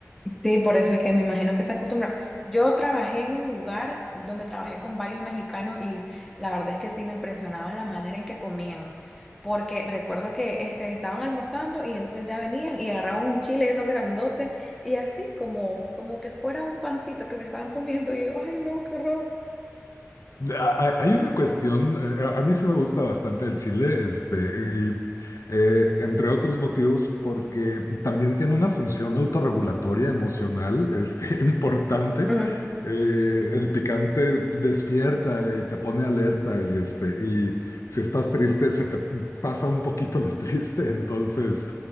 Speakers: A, in the centre; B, on the left.
A: Sí, por eso es que me imagino que se acostumbra. Yo trabajé en un lugar donde trabajé con varios mexicanos y la verdad es que sí me impresionaba la manera en que comían, porque recuerdo que este, estaban almorzando y entonces ya venían y agarraban un chile, esos grandotes, y así como, como que fuera un pancito que se estaban comiendo y yo, ay no, qué horror.
B: Ah, Hay una cuestión, eh, a a mí sí me gusta bastante el chile, este, y eh, entre otros motivos, porque también tiene una función autorregulatoria emocional, este, <laughs> importante.
A: Mm.
B: Eh, el picante despierta y te pone alerta y este, y si estás triste, se te pasa un poquito lo <laughs> triste, entonces